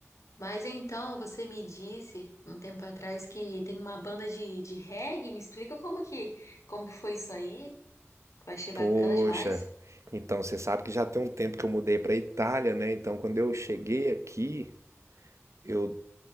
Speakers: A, on the left; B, on the right.
A: Mas então, você me disse um tempo atrás que tem uma banda de, de reggae. Me explica como que, como que foi isso aí? Eu achei bacana
B: poxa.
A: demais.
B: Então, você sabe que já tem um tempo que eu mudei para Itália, né? Então, quando eu cheguei aqui, eu